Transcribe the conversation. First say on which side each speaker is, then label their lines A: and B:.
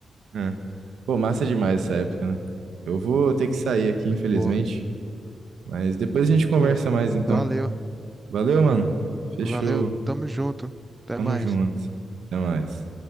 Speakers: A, on the right (about 85°); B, on the right (about 15°).
A: É. Pô, massa demais essa época, né? Eu vou ter que sair aqui,
B: Muito
A: infelizmente.
B: boa.
A: Mas depois a gente conversa
B: Pô, v-
A: mais, então.
B: valeu.
A: Valeu, mano. Fechou.
B: Valeu, tamo junto. Até
A: Tamo
B: mais.
A: junto. Até mais.